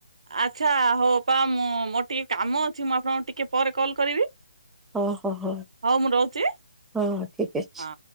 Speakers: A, on the right (about 65°); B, in the centre.
A: ଆଚ୍ଛା ହଉ ଅପା ମୁଁ ମୋର ଟିକେ କାମ ଅଛି ମୁଁ ଆପଣଙ୍କୁ ଟିକେ ପରେ କଲ୍ କରିବି।
B: ଓହୋହୋ
A: ହଉ ମୁଁ ରହୁଛି
B: ହଁ ଠିକ୍ ଅଛି।
A: ହଁ।